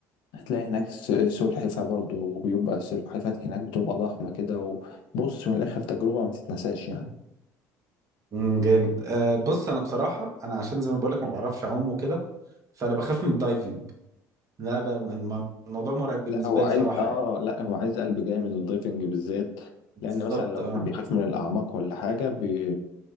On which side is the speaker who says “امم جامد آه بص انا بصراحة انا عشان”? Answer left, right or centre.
Right